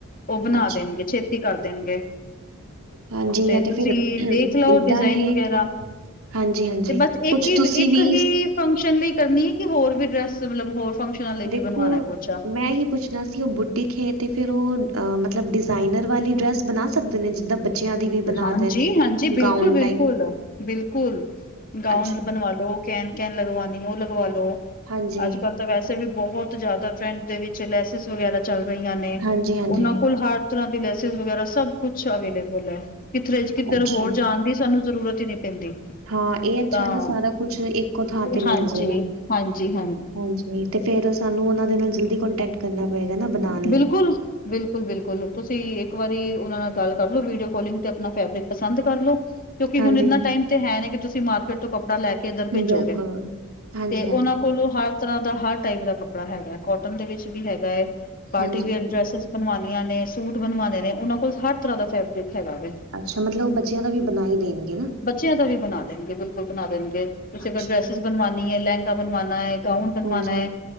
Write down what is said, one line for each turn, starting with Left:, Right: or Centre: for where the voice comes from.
Left: ਉਹ ਬਣਾ
Right: ਅੱਛਾ।
Left: ਦੇਣਗੇ, ਛੇਤੀ ਕਰ ਦੇਣਗੇ।
Right: ਹਾਂਜੀ
Left: ਤੇ
Right: ਜਾਂ
Left: ਤੁਸੀਂ
Right: ਫਿਰ
Left: ਦੇਖ ਲਓ,
Right: ਏਦਾਂ
Left: ਡਿਜ਼ਾਇਨ
Right: ਹੈ
Left: ਵਗੈਰਾ
Right: ਕਿ ਹਾਂਜੀ-ਹਾਂਜੀ
Left: ਤੇ ਬਸ ਇੱਕ
Right: ਕੁਛ
Left: ਹੀ
Right: ਤੁਸੀਂ
Left: ਇੱਕ
Right: ਵੀ
Left: ਹੀ ਫੰਕਸ਼ਨ ਲਈ ਕਰਨੀ ਹੈ, ਕਿ ਹੋਰ ਵੀ ਡਰੈਸ ਮਤਲਬ ਹੋਰ ਫੰਕਸ਼ਨਾਂ ਲਈ
Right: ਦੇਖੋ
Left: ਵੀ ਬਣਵਾਣਾ ਕੁਛਾ
Right: ਮੈਂ ਹੀ ਪੁੱਛ ਜ ਅਸੀਂ ਉਹ ਬੂਟੀੇ ਖੇ ਤੇ ਫਿਰ, ਉਹ ਮਤਲਬ ਡਿਜ਼ਾਇਨਰ ਵਾਲੀ ਡਰੈਸ ਬਣਾ ਸਕਦੇ ਨੇ ਜਿੱਦਾਂ। ਬੱਚਿਆਂ ਦੀ ਵੀ ਬਣਾ
Left: ਹਾਂਜੀ-ਹਾਂਜੀ,
Right: ਦੇਣ।
Left: ਬਿਲਕੁਲ-ਬਿਲਕੁਲ-ਬਿਲਕੁਲ।
Right: ਗਾਊਨ ਟਾਈਪ
Left: ਗਾਊਨ
Right: ਅੱਛਾ
Left: ਬਣਵਾ ਲੋ ਕਹਿਣ ਕਹਿਣ ਲਗਵਉਣੀ, ਉਹ ਲਗਵਾ ਲੋ।
Right: ਹਾਂਜੀ,
Left: ਅੱਜ ਕੱਲ੍ਹ ਤਾਂ ਵੈਸੇ ਵੀ ਬਹੁਤ ਜ਼ਿਆਦਾ ਟਰੈਂਡ ਦੇ ਵਿੱਚ ਲੈਸਿਸ ਵਗੈਰਾ। ਚੱਲ ਰਹੀਆਂ ਨੇ,
Right: ਹਾਂਜੀ-ਹਾਂਜੀ।
Left: ਉਹਨਾਂ ਕੋਲ ਹਰ ਤਰ੍ਹਾਂ ਦੀ ਲੈਸ ਵਗੈਰਾ ਸਭ ਕੁਛ ਅਵੇਲੇਬਲ ਹੈ। ਕਿਥਰੇ ਕਿੱਧਰ,
Right: ਅੱਛਾ
Left: ਹੋਰ ਜਾਣ ਦੀ, ਸਾਨੂੰ ਜ਼ਰੂਰਤ ਹੀ ਨਹੀਂ ਪੈਂਦੀ।
Right: ਹਾਂ, ਇਹ ਅੱਛਾ
Left: ਤਾਂ
Right: ਹੈ, ਨਾ ਸਾਰਾ ਕੁਛ ਇੱਕੋ ਥਾਂ, ਤੇ
Left: ਹਾਂਜੀ
Right: ਮਿਲ ਜੇਗਾ,
Left: ਹਾਂਜੀ
Right: ਹਾਂਜੀ। ਨੀ ਤੇ ਫੇਰ, ਸਾਨੂੰ ਉਹਨਾ ਦੇ ਨਾਲ, ਜਲਦੀ ਕੋਂਟੈਕਟ ਕਰਨਾ ਪਏਗਾ, ਨਾ ਬਣਾ।
Left: ਬਿਲਕੁਲ। ਬਿਲਕੁਲ- ਬਿਲਕੁਲ। ਤੁਸੀਂ ਇੱਕ ਵਾਰੀ, ਉਹਨਾਂ ਨਾਲ ਗੱਲ ਕਰ ਲੋ, ਵੀਡੀਓ ਕਾਲਿੰਗ ਤੇ, ਆਪਣਾ ਫੈਬਰਿਕ ਪਸੰਦ ਕਰ ਲੋ। ਕਿਉਂਕਿ
Right: ਹਾਂਜੀ,
Left: ਹੁਣ, ਇਨਾ ਟਾਈਮ ਤੇ ਹੈ, ਨੀ ਕਿ ਤੁਸੀਂ ਮਾਰਕੀਟ ਤੋਂ ਕੱਪੜ ਲੈ ਕੇ ਕਿੱਧਰ ਭੇਜੋਗੇ,
Right: ਬਿਲਕੁਲ। ਹਾਂਜੀ-ਹਾਂਜੀ,
Left: ਤੇ ਉਹਨਾਂ ਕੋਲੋਂ ਹਰ ਤਰਾਂ ਦਾ ਹਰ, ਟਾਈਪ ਦਾ ਕੱਪੜਾ ਹੈਗਾ, ਕੋਟਨ ਦੇ ਵਿੱਚ ਵੀ ਹੈਗਾ ਹੈ, ਪਾਰਟੀ
Right: ਹਾਂਜੀ,
Left: ਵੇਅਰ
Right: ਹਾਂਜੀ
Left: ਡਰੈਸਿਸ ਬਣਵਾਾਨੀਆਂ ਨੇ, ਸੂਟ ਬਣਵਾਣੇ ਨੇ, ਉਹਨਾਂ ਕੋਲ ਹਰ ਤਰਾਂ ਦਾ ਫੈਬਰਿਕ ਹੈਗਾ ਵੇ।
Right: ਅੱਛਾ, ਮਤਲਬ ਉਹ ਬੱਚਿਆਂ, ਦਾ ਵੀ ਬਣਾਈ ਦੇਣਗੇ ਨਾ।
Left: ਬੱਚਿਆਂ ਦਾ ਵੀ ਬਣਾ ਦੇਣਗੇ, ਬਿਲਕੁਲ ਬਣਾ ਦੇਣਗੇ, ਤੁਸੀਂ
Right: ਅੱਛਾ,
Left: ਅਗਰ ਡਰੈਸਿਸ ਬਣਵਾਨੀ ਐ, ਲਹਿੰਗਾ ਬਣਵਾਣਾ ਹੈ। ਗਾਊਂਡ ਬਣਵਾਣਾ
Right: ਹਾਂਜੀ,
Left: ਹੈ,